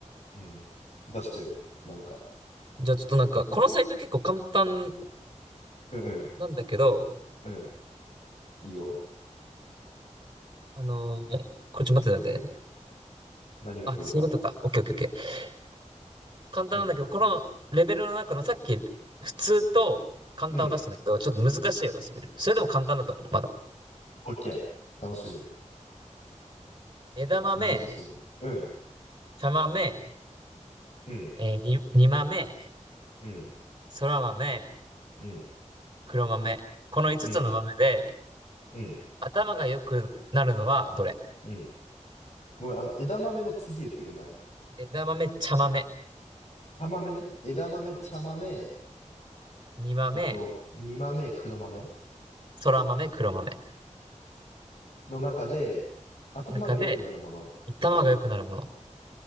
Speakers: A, on the left; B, on the right.
A: うん。出してよ。なんか。
B: じゃあちょっとなんか、このサイト結構簡単
A: うんうん。
B: なんだけど、
A: うん。いいよ。
B: あのーこれちょっと待って待って。
A: うん。何が来るか。
B: あ、そういうことか。オッケーオッケーオッケー。簡単なんだけど、
A: うん。
B: このレベルの中のさっき普通と簡単を出したんだけど、
A: うん。
B: ちょっと難しいを出してみる。それでも簡単だと思う、まだ。
A: オッケー。楽しみ。
B: 枝豆、
A: 難しいね。うん。
B: 茶豆、
A: うん。
B: えー、に、煮豆、
A: うん。
B: 空豆、
A: うん。
B: 黒豆。この5つつの豆で、
A: うん。うん。
B: 頭が良くなるのはどれ
A: うん。ごめん、あの、枝豆の次言ってくんない
B: 枝豆、茶豆、
A: 茶豆ね。枝豆、茶豆、
B: 煮豆、
A: えっと、煮豆、黒豆
B: そら豆、黒豆。
A: の中で、頭が良くなるもの。
B: 中で、頭が良くなるもの。